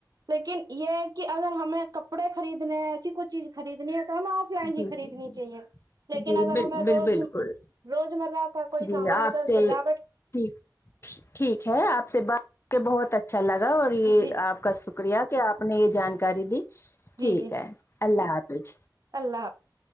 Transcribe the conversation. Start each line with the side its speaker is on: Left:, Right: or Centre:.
Right: لیکن یہ ہے کہ اگر ہمیں کپڑے خریدنے ہیں ایسی کوئی چیز خریدنی ہے تو ہم آ ف لائن
Left: جی
Right: ہی خریدنی
Left: جی جی
Right: چاہیے لیکن
Left: جی
Right: اگر ہمیں
Left: بال
Right: روج
Left: بالکل
Right: روجمرہ کا کوئی
Left: جی
Right: سامان
Left: آپ
Right: چل
Left: سے
Right: سجاوٹ
Left: ٹھیک ٹھیک ہے آپ سے بات کہ بہت اچھا لگا اور یہ
Right: جی
Left: آپ کا سکریہ کہ آپ نے یہ جانکاری دی
Right: جی
Left: ٹھیک
Right: جی
Left: ہے اللہ
Right: جی
Left: حافظ
Right: اللہ حافظ